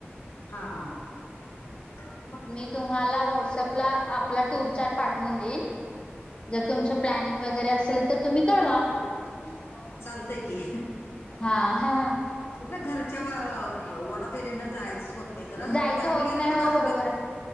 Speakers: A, on the left; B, on the left.
A: हां हां.
B: की तुम्हाला व्हाट्सअप ला आपला टूर चार्ट पाठवून देईन, जर तुमचे प्लॅनिंग वगैरे असेल तर तुम्ही कळवा.
A: चालतय की.
B: हा हा
A: कुठलं घरच्या व वडा तनिन जायचच होत नाही खरं,
B: जायचं
A: मध्ये आम्ही
B: होत
A: गेलोतो
B: नाही हो
A: काश्मीरला,
B: बरोबर आहे